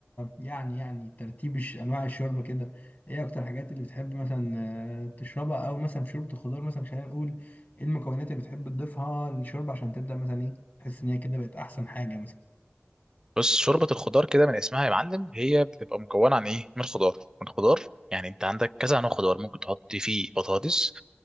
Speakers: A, on the left; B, on the right.
A: يعني يعني ترتيب الش- انواع الشوربه كده ايه اكتر الحاجات اللي بتحب مثلا آه، تشربها او مثلا في شوربه الخضار مثلا خلينا نقول ايه المكونات اللي بتحب تضيفها للشوربه عشان تبدا مثلا ايه تحس ان هي كده بقت احسن حاجه مثلا
B: بص شوربه الخضار كده من اسمها يا معلم هي بتبقى مكونه عن ايه من الخضار من الخضار يعني انت عندك كذا نوع خضار ممكن تحط فيه بطاطس